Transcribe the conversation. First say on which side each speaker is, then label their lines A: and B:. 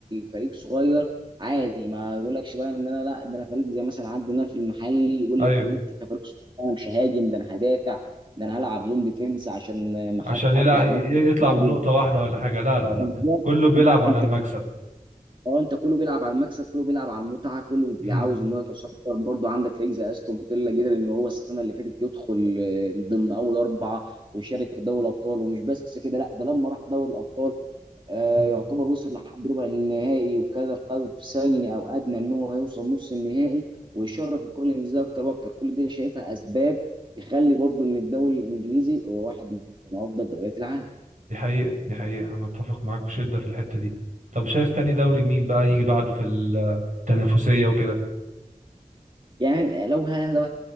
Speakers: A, on the right (about 35°); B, on the right (about 60°).
A: فريق صغير عادي ما يقولكش بقى ان انا لا ده انا فريق زي مثلا عندنا في المحلي يقول
B: ايوه
A: لك ان انت كفريق صغير انا مش ههاجم ده انا هدافع ده انا هلعب زون ديفنس عشان ما
B: عشان
A: حد
B: يلعب
A: اطلع بنقطه
B: يطلع
A: تعادل
B: بنقطة واحدة ولا حاجة لا لا
A: بالظبط
B: لا كله بيلعب
A: لا
B: على
A: انت
B: المكسب
A: بت- اه انت كله بيلعب على المكسب كله بيلعب على المتعه كله
B: امم
A: عاوز ان هو يتصدر برضه عندك فريق زي استون فيلا قدر ان هو السنه اللي فاتت يدخل آه، ضمن اول اربعه ويشارك في دوري الابطال ومش بس كده لا ده لما راح دوري الابطال آه،
B: أمم.
A: يعتبر وصل لحد ربع النهائي وكان قاب ثاني او ادنى ان هو يوصل نص النهائي ويشرف الكره الانجليزيه اكتر واكتر كل دي شايفها اسباب تخلي برضو ان الدوري الانجليزي هو واحد من افضل دوريات العالم
B: دي حقيقة دي حقيقة أنا أتفق معاك بشدة في الحتة دي طب شايف تاني دوري مين بقى يجي بعده في التنافسية وكده
A: يعني لو ه- لو